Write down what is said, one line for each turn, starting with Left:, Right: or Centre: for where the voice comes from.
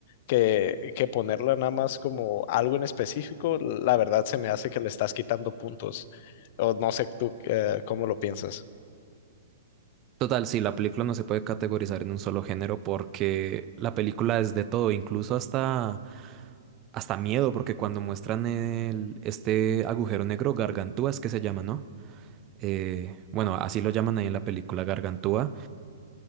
Left: que, que ponerla nada más como algo en específico, la verdad se me hace que le estás quitando puntos. O no sé tú eh, cómo lo piensas.
Right: Total, sí, la película no se puede categorizar en un solo género porque la película es de todo, incluso hasta hasta miedo, porque cuando muestran el, este agujero negro, Gargantúa es que se llama, ¿no? Eh, bueno, así lo llaman ahí en la película Gargantúa,